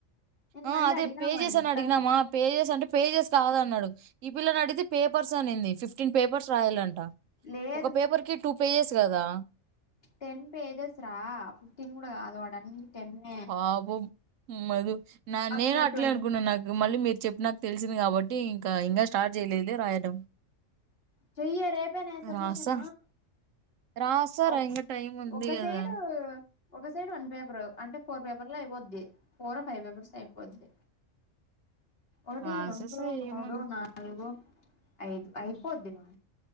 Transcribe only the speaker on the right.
ఆ
అదే
పేజెస్
అని అడిగినమా
పె అంటే పేజెస్ అంటె పెజెస్ కాదన్నాడు ఈ పిల్లనడిగితే పేపర్స్ అనింది ఫిఫ్ ఫిఫ్టీన్ పేపర్స్ రాయాలంట
ఒక పేపర్ కి టూ పేజెస్ కదా
పాపం మధు నా
నేను
అట్లే
అనుకున్నా నాకు మళ్ళీ మీరు చెప్పినాకా తెలిసింది కాబట్టి ఇంక ఇంగా స్టార్ట్ చేయలేదు లే రాయడం
రాసా రాసారా
ఇంకా టైం ఉంది
కదా
రాసేసా
ఏమని